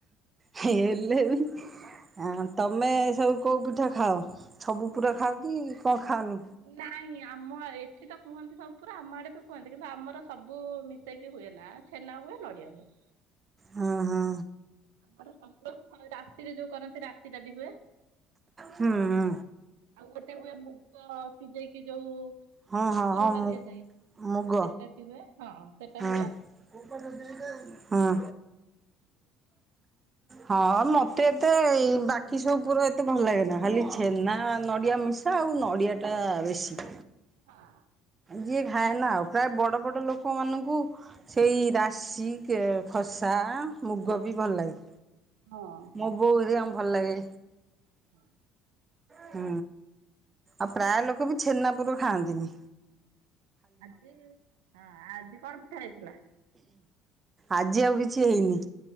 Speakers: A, on the right; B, on the right.
A: ହେଲେ ବି ଅ ତମେ ସବୁ କୋଉ ପିଠା ଖାଅ ସବୁ ପୁରା ଖାଅ କି କଣ ଖାଅନି?
B: ନାଇଁ ଆମ ଏଠି ତ କୁହନ୍ତି ସବୁ ପୁରା ଆମ ଆଡେ ବି କୁହନ୍ତି କିନ୍ତୁ ଆମର ସବୁ ମିଶେଇକି ହୁଏ ନା ଛେନା ହୁଏ ନଡିଆ ହୁଏ
A: ହଁ ହଁ।
B: ଆମର ସବୁ ରାସି ରେ ଯୋଉ କରନ୍ତି ରାସୀ ଟା ବି ହୁଏ।
A: ହୁଁ ହୁଁ
B: ଆଉ ଗୋଟେ ହୁଏ ମୁଗ ଗ ସିଝେଇକି ଯୋଉ
A: ହଁ ହଁ
B: ପୁରଟା
A: ହଁ ମୁଁ
B: ଦିଆଯାଏ
A: ମୁଗ
B: ସେଟା ବି ହୁଏ ହଁ ସେଟା
A: ହଁ
B: ହୁଏ।
A: ହଁ। <unintelligible> ହଁ ମତେ ଏତେ ଇ ବା ଟିକି ସବୁ ପୁର ଏତେ ଭଲ ଲାଗେ ନା ଖାଲି ଛେନା ନଡିଆ ମିଶା ଆଉ ନଡିଆ ଟା ବେଶୀ
B: ହଁ।
A: ଯିଏ ଖାଏ ନା ଆଉ ପ୍ରାୟ ବଡ ବଡ ଲୋକମାନାନଙ୍କୁ ସେଇ ରାଶି କିଏ ଖସା ମୁଗ ବି ଭଲ ଲାଗେ
B: ହଁ।
A: ମୋ ବୋଉ ଘରିଆଙ୍କୁ ଭଲ ଲାଗେ
B: ହଁ
A: ହୁଁ। ଆଉ ପ୍ରାୟ ଲୋକ ବି ଛେନାପୁର ଖାଆନ୍ତି ନି।
B: ଆଜି ହଁ ଆଜି କଣ ପିଠା ହେଇଥିଲା?
A: ଆଜି ଆଉ କିଛି ହେଇନି।